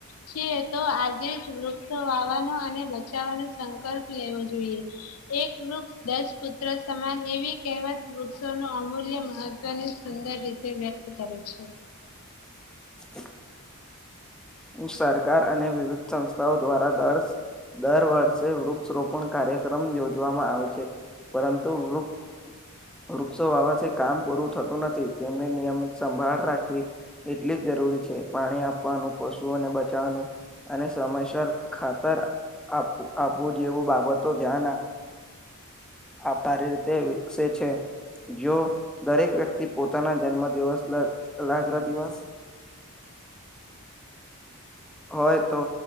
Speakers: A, on the left; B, in the centre.
A: છી તો આજે જ વૃક્ષ વાવાનો અને બચાવવાનો સંકલ્પ લેવો જોઈએ. એક વૃક્ષ દસ પુત્ર સમાન એવી કહેવત. વૃક્ષો ન અમૂલ્ય મહત્વની સુંદર રીતે વ્યક્ત કરે છે.
B: <inaudible> <unintelligible> હ સરકાર અને વિવિધ સંસ્થાઓ દ્વારા દરસ. દર વર્ષે વૃક્ષ રોપણ કાર્યક્રમ યોજવામાં આવે છે. પરંતુ વૃક્ષ. વૃક્ષો વાવાથી કામ પૂરું થતું નથી તેમને નિયમિત સંભાળ રાખવી. એટલી જ જરૂરી છે પાણી આપવાનું પશુને બચાવવાનું અને સમયસર ખાતર આપું આપવું જેવું બાબતો ધ્યા આભારી રીતે વિકસે છે જો દરેક વ્યક્તિ પોતાના જન્મ દિવસ લગ્ર દિવસ હોય તો